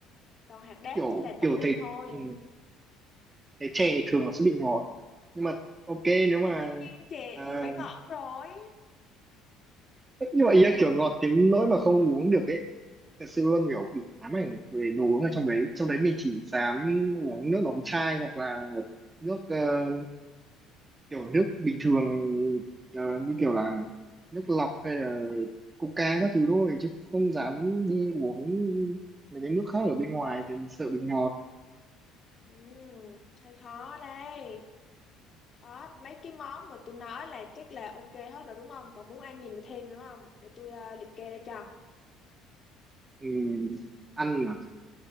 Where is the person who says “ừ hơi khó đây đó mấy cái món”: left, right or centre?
Left